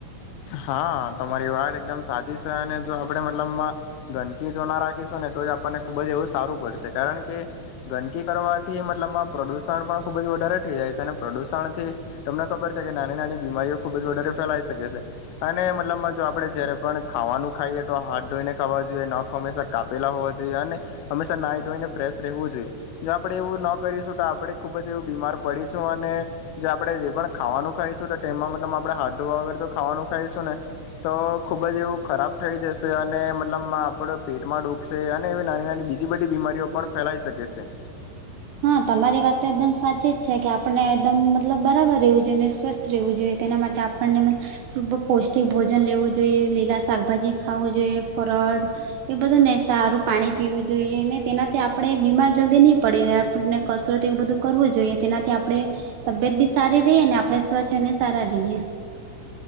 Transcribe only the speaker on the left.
હા તમારી વાત એકદમ સાચી છે અને જો આપડે મતલબ ગંદકી જો ના રાખીશું ને તો જ આપણને ખુબ જ એવું સારું પડશે કારણ કે ગંદકી કરવાથી મતલબમાં પ્રદુષણ પણ ખુબ જ વધારે થઈ જાય છે અને પ્રદુષણથી તમને ખબર છે કે નાની નાની બીમારીઓ ખુબ જ વધારે ફેલાઈ શકે છે. અને મતલબમાં જો આપડે જયારે પણ ખાવાનું ખાઈએ તો હાથ ધોઈને ખાવા જોઈએ ન આો હંમેશા કાપેલા હોવા જોઈએ અને, હમેશા નાઇડ હોઈને ફ્રેશ રહેવું જોઈએ. જો આપણેે એવું ના કરીશું તો આપણેે ખુબ જ એવું બીમાર પડીશું અને જે આપણે જે પણ ખાવાનું ખાઈશું નેમાં મતલબ આપણેે હાું વગર તો ખાવાનું ખાઈશું ને. તો ખૂબ જ એવું ખરાબ થઈ જશે અને મતલબ આપડ પેટમાં ડુખશે. અને એવી નાની નાની બીજી બધી બીમારીઓ પણ ફેલાઈ શકે છે.